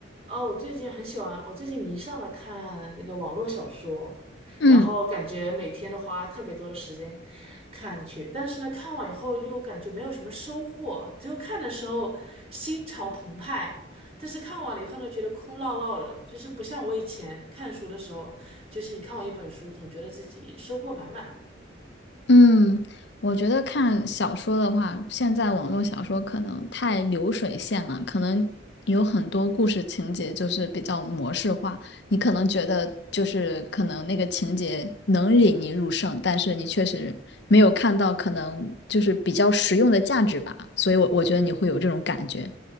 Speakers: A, on the right (about 30°); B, on the left (about 60°).
A: 哦，我最近很喜欢，我最近迷上了看那个网络小说，
B: 嗯
A: 然后感觉每天都花特别多的时间看去，但是呢，看完以后又感觉没有什么收获，只有看的时候心潮澎湃，但是看完了以后呢，觉得空落落的，就是不像我以前看书的时候，就是你看完一本书，总觉得自己收获满满。
B: 嗯，我觉得看小说的话，现在网络小说可能太流水线了，可能有很多故事情节就是比较模式化。你可能觉得就是可能那个情节能引你入胜，但是你确实没有看到可能就是比较实用的价值吧，所以我我觉得你会有这种感觉。